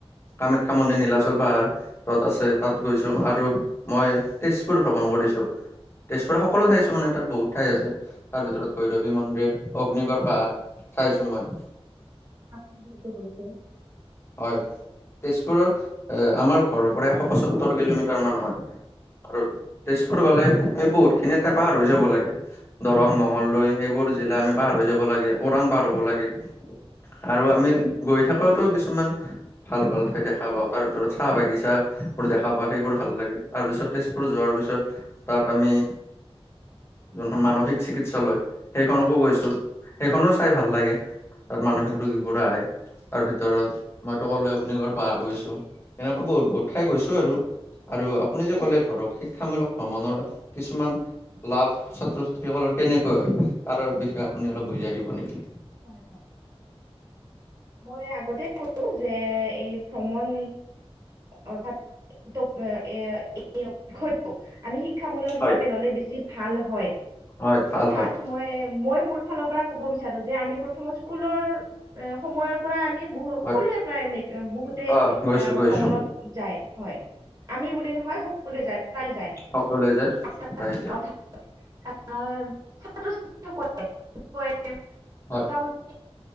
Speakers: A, on the left (about 25°); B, on the right (about 40°).
A: কামাখ্যা মন্দিৰ, নীলাচল পাহাৰ য'ত আছে তাত গৈছোঁ আৰু মই তেজপুৰ ভ্ৰমণ কৰিছোঁ। তেজপুৰত সকলো ঠাই চোৱা নাই, তাত বহুত ঠাই আছে। তাৰ ভিতৰত ভৈৰৱী মন্দিৰ, অগ্নিগড় পাহাৰ চাইছোঁ মই।
B: যিহেতু <inaudible>
A: হয়। তেজপুৰৰ এ, আমাৰ ঘৰৰপৰা এশ পছত্তৰ কিলোমিটাৰ মান হয়। <unintelligible> তেজপুৰ গ'লে আমি বহুতখিনি ঠাই পাৰ হৈ যাব লাগে। দৰং, মঙগলদৈ, সেইবোৰ জিলা আমি পাৰ হৈ যাব লাগে। ওৰাং পাৰ হ'ব লাগে আৰু আমি গৈ থাক <unintelligible> কিছুমান ভাল ভাল ঠাই দেখা পাওঁ। তাৰ ভিতৰত চাহ-বাগিচা বোৰ দেখা পাওঁ, সেইবোৰ ভাল লাগে। তাৰপিছত তেজপুৰ যোৱাৰ পিছত, তাত আমি যোনখন মান মানসিক চিকিৎসালয়, সেইখনতো গৈছোঁ। সেইখনো চাই ভাল লাগে। তাত মানসিক ৰোগীবোৰে। তাৰ ভিতৰত মইতো ক'লোৱেই অগ্নিগড়ৰ পাহাৰ গৈছোঁ। এনেকুৱা বহুত-বহুত ঠাই গৈছোঁ আৰু। আৰু আ সেই ধৰক, শিক্ষামূলক ভ্ৰমণৰ কিছুমান। লাভ ছাত্ৰ-ছাত্ৰীসকলৰ কেনেকৈ হয়। তাৰ বিষয়ে আপুনি অলপ বুজাই দিব নেকি?
B: হয়, হয়। মই আগতে ক'লো যে, এই ভ্ৰমণ। অৰ্থাৎ তো এ বিষয়টো আমি শিক্ষামূলক হিচাপে
A: হয়
B: ল'লে বেছি ভাল হয়।
A: হয় ভাল
B: অৰ্থাৎ
A: হয়
B: মই, মই মোৰ ফালৰপৰা কব বিচাৰোঁ যে আমি প্ৰথমত। স্কুলৰ এ সময়ৰ পৰা আমি বহু সকলোৱে
A: হয়
B: প্ৰায় মে বহুতে।
A: হয় গৈছোঁ,
B: এ,
A: গৈছোঁ।
B: ভ্ৰমণত যায়, হয়। আমি বুলি নহয় সকলোৱে যায়, প্ৰায় যায়।
A: সকলোৱে যায়
B: অৰ্থাৎ
A: প্ৰায় যায়
B: অৰ্থাৎ। আমাৰ ছাত্ৰ-ছাত্ৰীসকলে কয় যে। মোটামুটি,
A: হয়